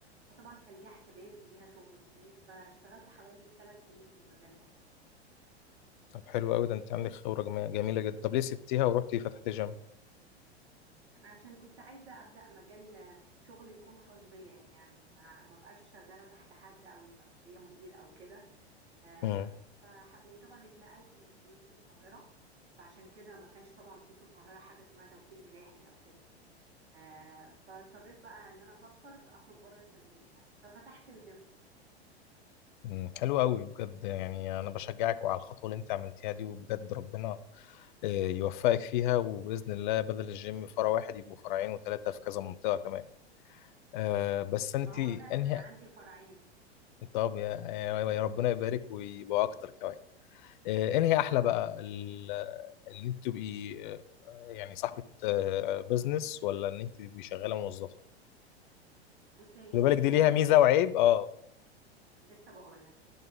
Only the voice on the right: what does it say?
فطبعا كان ليها حسابات وليها شغل كتير فاشتغلت حوالي ثلاث سنين في المجال ده
عشان كنت عايزة أبدأ مجال شغل يكون خاص بيا يعني ما ما بقاش شغالة تحت حد أو يبقى فوقية مدير أو كده آه،
فح... وطبعا اتنقلت من السويس للقاهرة فعشان كده ما كانش طبعا في في القاهرة حاجة اسمها توكيل ملاحي أو كده آه، فاضطريت بقى إن أنا أفكر أخرج بره الصندوق يعني ففتحت الجيم
ما هو فعلا
أنا عندي فرعين
يا رب
بص هي
دي
ليها
ميزة
وعيب
و...
لسه بقول